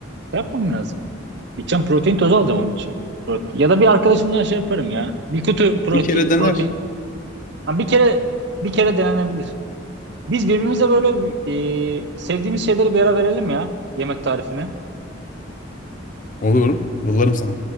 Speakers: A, on the right; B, on the left.
A: şey yapmam lazım. Gideceğim protein tozu alacağım onun için. Prote- Ya da bir arkadaşımdan şey yaparım ya. Bir kutu proke-
B: Bir kere denersin.
A: protein. Ha, bir kere bir kere denenebilir. Biz birbirimize böyle e, sevdiğimiz şeyleri bir ara verelim ya. Yemek tarifini.
B: Olur. Yollarım sana.